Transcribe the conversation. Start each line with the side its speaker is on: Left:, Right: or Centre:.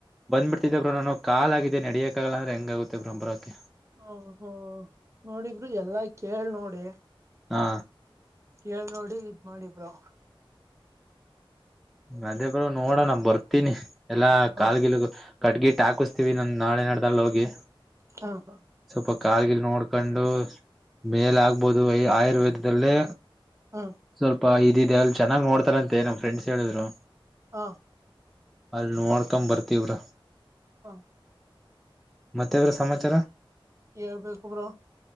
Centre: ಬಂದ್ಬಿಟ್ತಿದ್ದೇ ಬ್ರೋ ನಾನು ಕಾಲಾಗಿದೆ ನಡಿಯಕಾ ಅಲ್ಲಂದ್ರೆ ಹೆಂಗಾಗುತ್ತೆ ಬ್ರೋ ಬರೋಕೆ?
Right: ಹ ಹೋ ನೋಡಿ ಬ್ರೋ ಎಲ್ಲಾ ಕೇಳ್ ನೋಡಿ
Centre: ಹಾ
Right: ಕೇಳ್ ನೋಡಿ ಇದ್ ಮಾಡಿ ಬ್ರೋ.
Centre: ಅದೇ ಬ್ರೋ ನೋಡನಾ ಬರ್ತೀನಿ ಎಲ್ಲಾ
Right: ಹ
Centre: ಕಾಲ್ಗೀಗ್ ಕಟ್ಗಿಟ್ಟ್ ಹಾಕಿಸಸ್ತೀವಿ ನಂ ನಾಳೆ ನಡ್ದಲ್ಲಿ ಹೋಗಿ
Right: ಹಾ ಹಾ <inaudible>
Centre: ಸ್ವಪ <unintelligible> ಕಾಲ್ಗಿಲ್ ನೋಡ್ಕೊಂಡು ಮೇಲ ಆಗ್ಬೋದು ಆಯುರ್ವೇದಲ್ಲಿ.
Right: ಹ
Centre: ಸ್ವಲ್ಪ ಇದಿದೆ ಅಲ್ಲಿ ಚೆನ್ನಾಗ್ ನೋಡ್ತಾರಂತೆ ನಮ್ ಫ್ರೆಂಡ್ಸ್ ಹೇಳಿದ್ರು.
Right: ಹಾ <inaudible>
Centre: ಅಲ್ ನೋಡ್ಕಂ ಬರ್ತಿವಿ ಬ್ರೋ,
Right: ಹಾ <inaudible>
Centre: ಮತ್ತೆದರದ ಸಮಾಚಾರ.
Right: ಹೇಳ್ಬೇಕ ಬ್ರೋ,